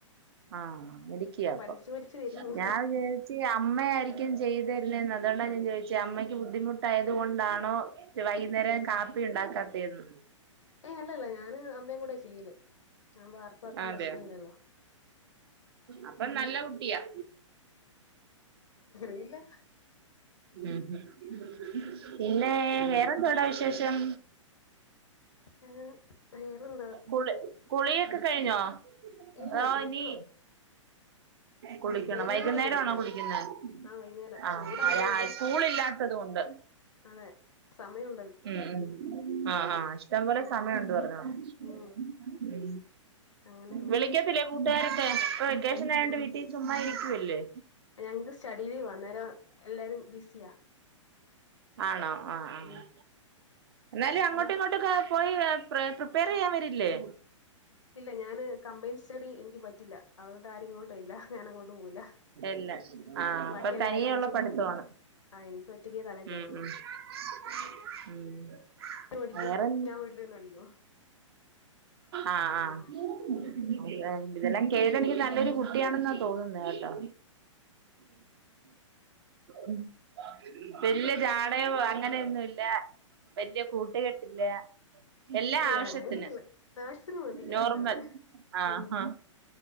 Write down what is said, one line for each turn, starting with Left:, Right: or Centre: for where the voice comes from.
Right: ആഹ് മിടുക്കിയാപ്പം
Left: പഠിച്ചു പഠിച്ചു വരുന്നു
Right: ഞാൻ വിജാ ര്‌ച്ച് അമ്മയായിരിക്ക്യും ചെയ്ത് തര്ണേന്ന് അതുകൊണ്ടാ ഞാൻ ചോയ്ച്ചേ അമ്മയ്ക്ക് ബുദ്ധിമുട്ടായത് കൊണ്ടാണോ വൈക്ന്നേരം കാപ്പി ഉണ്ടാക്കാത്തേന്ന്
Left: ഏഹ് അല്ലല്ലാ ഞാന് അമ്മയും കൂടെയാ ചെയ്യ്ന്നെ അതാവുമ്പം ആർക്കും ആർക്കും
Right: അതെയോ
Left: പ്രശ്നല്ലല്ലോ
Right: അപ്പം നല്ല കുട്ടിയാ
Left: ഇല്ലാ
Right: ഉം ഉം പിന്നേ വേറെന്തുവാടാ വിശേഷം
Left: ആഹ് വേറെന്താ
Right: കുള് കുളിയൊക്കെ കഴിഞ്ഞോ
Left: ഇല്ല
Right: അതോ
Left: കുളിക്കണം
Right: ഇനീ കുളിക്കണം
Left: വൈന്നേരെ
Right: വൈക്ന്നേരാണോ
Left: കുളിക്കുള്ളൂ
Right: കുളിക്ക്ന്നെ
Left: ആഹ് വൈന്നേരം
Right: ആഹ്
Left: ചൂടായത് കൊണ്ട്
Right: സ്കൂള് ഇല്ലാത്തത് കൊണ്ട്
Left: അതെ സമയം
Right: ഉം ഉം ആഹ് ആഹ് ഇഷ്ടം പോലെ
Left: ഉം
Right: സമയുണ്ട് പറഞ്ഞ പോലെ
Left: ഉം അങ്ങനെ കുളിക്കും
Right: വിളിക്കത്തില്ലേ കൂട്ടുകാരൊക്കെ ഇപ്പൊ വെക്കേഷനായോണ്ട് വീട്ടി ചുമ്മാ ഇരിക്ക്യുവല്ലേ
Left: ഞങ്ങ്ക്ക് സ്റ്റഡിലീവാ അന്നേരം എല്ലാരും ബിസിയാ
Right: ആണോ ആഹ് ആഹ്
Left: ഉം
Right: എന്നാലും അങ്ങോട്ടും
Left: വീ
Right: ഇങ്ങോട്ടക്കെ പോയി അ പ്രീ പ്രിപ്പയർ ചെയ്യാൻ വരില്ലേ
Left: ഇല്ല ഞാന് കംപ്ലയിന്റ് സ്റ്റഡി എനിക്ക് പറ്റില്ല. അതുകൊണ്ട് ആരും ഇങ്ങോ ട്ട് ഇല്ല ഞാൻ അങ്ങോട്ട് പോകില്ല.
Right: ഇല്ല ആഹ് അപ്പൊ
Left: ബാക്കി എല്ലാരും
Right: തനിയെ
Left: ഒന്നിച്ചിരുന്ന്
Right: ഉള്ള പഠിത്തമാണ്
Left: പഠിക്കാം ആഹ് എനിക്ക് ഒറ്റക്ക് തല കെറോളു
Right: ഉം ഉം ഉം
Left: വര് പഠിക്കും
Right: വേറെ
Left: ഞാൻ വീട്ടിലിരുന്ന് പഠിക്കും
Right: ആഹ് ആ
Left: ഉം ഉം
Right: ഇതെല്ലാം കേട്ട് എനിക്ക് നല്ലൊരു കുട്ടിയണെന്ന് തോന്നുന്നെട്ടോ ഉം വെല്ല്യായ ജാഡയോ അങ്ങനെയൊന്നുല്ല വെല്യ കൂട്ടുകെട്ടില്ല എല്ലാആവശ്യത്തിന്
Left: ഏയ് അങ്ങനൊന്നുല്ല ആവശ്യത്തിന് മതി
Right: നോർമൽ
Left: അതാ നല്ലേ
Right: ആഹ്
Left: ഉം
Right: ആഹാ